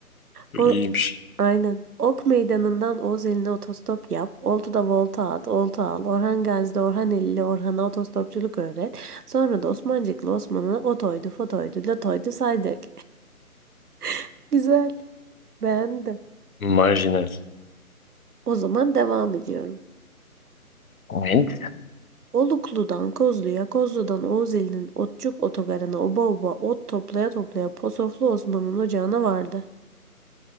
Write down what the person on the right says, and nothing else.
O,
Aynen. Ok Meydanı'ndan Oğuz eline otostop yap. Oltu'da volta at, olta al. Orhan Gazi'de Orhan Eli'li Orhan'a otostopçuluk öğret. Sonra da Osmancıklı Osman'a otoydu, fotoydu, latoydu saydık. <laughs> Güzel. Beğendim.
O zaman devam ediyorum.
Oluklu'dan Kozlu'ya, Kozlu'dan Oğuz Otçuk Otogarı'na oba oba ot toplaya toplaya Posoflu Osman'ın ocağına vardı.